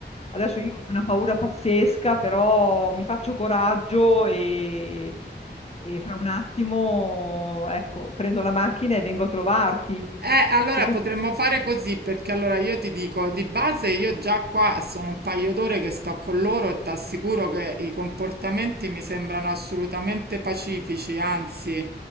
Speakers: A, on the left; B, on the right.
A: Adesso io ho una paura pazzesca, però mi faccio coraggio e, e fra un attimo, ecco, prendo la macchina e vengo a trovarti.
B: Eh, allora
A: Se tu-
B: potremmo fare così perché allora io ti dico di base io già qua sono un paio d'ore che sto con loro e ti assicuro che i comportamenti mi sembrano assolutamente pacifici, anzi,